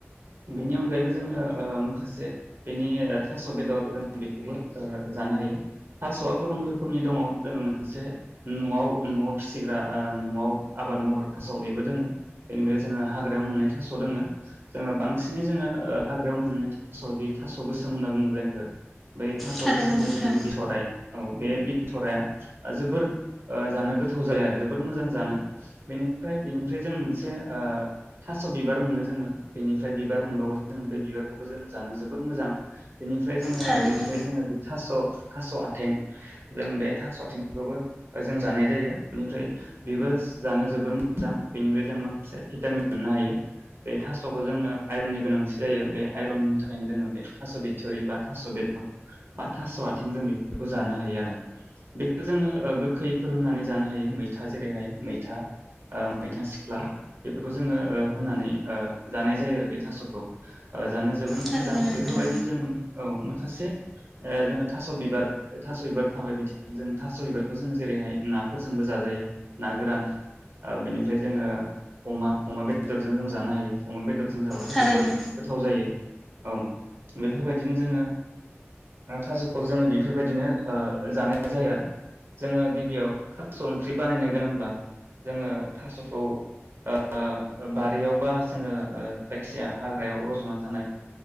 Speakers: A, on the right; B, in the centre.
A: बेनि अनगायैबो जोङो ओ माखासे बेनि थास' बेदर जों बेखौबो जानो हायो थास'आ गोबां रोखोमनि दङ जोङो मोनसे न'आव न'आव फिसिग्रा न'आव आबाद मावग्रा थास' बेबो दोङो बेनिफ्राय जोङो हाग्रायाव मोननाय थास' दोङो जोङो बांसिनै जोङो हाग्रायाव मोननाय थास' जि थास' गोसोम होनना बुङो जायखो बै थास'
B: थारैनो
A: गोसोमनि
B: नोंथां
A: जोंनि बिथ'राइ औ बे बिथ'राया जोबोर ओ जानो गोथाव जायो आरो जोबोर मोजां जानो बेनिफ्राय बेनिफ्राय जों मोनसे ओ थास' बिबार मोनो जोङो बेनिफ्राय बिबार मोनबावो जोङो बे बिबारखौबो जों जानो जोबोर मोजां बेनिफ्राय जोङो
B: थारैनो
A: बेनिफ्राय जोङो बे थास' थास' आथें जोङो बे थास' आथिंखौबो जों जानाय जायो बेनिफ्राय बेबो जानो जोबोर मोजां बेनिफ्राय जों मा खासे भिटामिन मोननो हायो बे थास'खौ जोङो आयरननि गोनांथि जायो बे आइरननि थाखायनो जोङो बे थास' बिथुरि बा थास' बेदा बा थास' आथिं जों बेफोरखौ जानो हायो आरो बेखौ जोङो गोखैफोर होनानै जानो हायो मैथा जेरैहाय मैथा ओ मैथा सिख्ला बेफोरखौ जोङो ओ होनानै ओ जानाय जायो आरो बे थास'खौ ओ जानो जोबोर
B: थारैनो
A: मोजां
B: नोंथां
A: बेफोरबायदिनो जोङो औ माखासे ओ जोङो थास' बिबार थास' बिबार थाबाय बिथिं जों थास' बिबारखौ जोङो जेरैहाय नाफोरजोंबो जाजायो ना गोरान ओ बिनिफ्राय जोङो अमा अमा बेदरजों जों जानो हायो अमा बेदरजों जों जाबाथ'
B: थारैनो
A: जोबोद गोथाव जायो औ बेफोरबायदिनो जोङो थास'खौ जोङो बेफोरबायदिनो ओ जानाय जायो आरो जोङो गिबियाव थास' ओंख्रि बानायनो गोनांब्ला जोङो थास'खौ ओ बारियाव बा जोङो जायखिजाया हाग्रायाव रज'ना थानाय